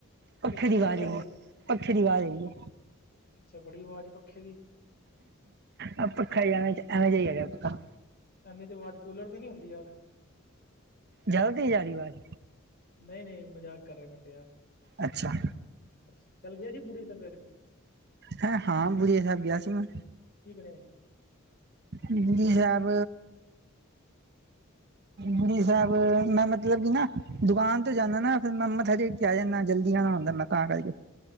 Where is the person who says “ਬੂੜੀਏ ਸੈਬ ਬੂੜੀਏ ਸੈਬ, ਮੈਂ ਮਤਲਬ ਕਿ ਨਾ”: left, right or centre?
Right